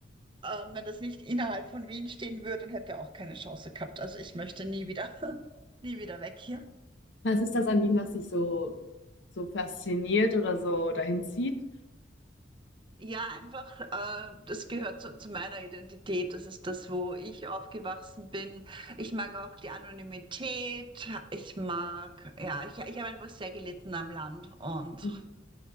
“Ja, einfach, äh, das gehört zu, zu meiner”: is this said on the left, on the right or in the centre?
Right